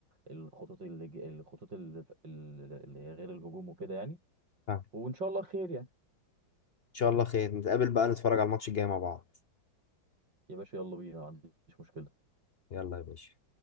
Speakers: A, on the right; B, on the left.
A: الخطوط اللي ج- الخطوط اللي اللي غير الهجوم وكده يعني
B: فاهم.
A: وان شاء الله خير يعني
B: إن شاء الله خير نتقابل بقى نتفرج على الماتش الجاي مع بعض
A: يا باشا يلا بينا ما عنديش مشكله
B: يلا يا باشا